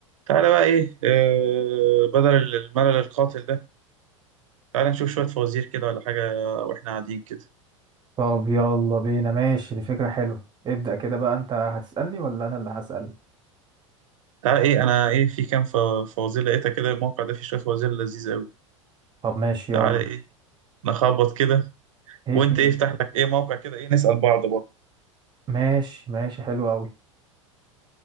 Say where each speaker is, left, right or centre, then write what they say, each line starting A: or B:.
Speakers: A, on the right; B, on the right.
A: تعالى بقى ايه آه بدل الملل القاتل ده تعالى نشوف شوية فوازير كده ولا حاجة واحنا قاعدين كده
B: طب يلا بينا ماشي دي فكرة حلوة ابدأ كده بقى انت هتسألني ولا انا اللي هسأل
A: تعالى ايه انا ايه في كام ف- فوازير لقيتها كده الموقع ده فيه شوية فوازير لذيذة قوي
B: طب ماشي
A: تعالى
B: يلا
A: ايه نخبط كده
B: هيت
A: وانت
B: مي
A: ايه افتح لك ايه موقع كده ايه نسأل بعض برضه
B: ماشي ماشي حلو قوي